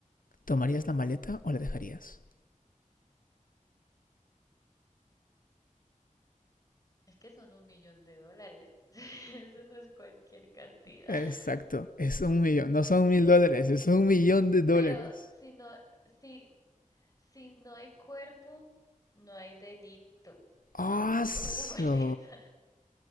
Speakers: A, on the left; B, on the left.
A: ¿Tomarías la maleta o la dejarías?
B: Es que son un millón de dólares. <laughs> Eso no es cualquier cantidad.
A: Exacto.
B: <laughs>
A: Es un millón. No son mil dólares. Es un millón de dólares.
B: Pero si no, si, si no hay cuerpo, no hay delito.
A: ¡Aso!
B: Yo cojo esa <laughs> maleta.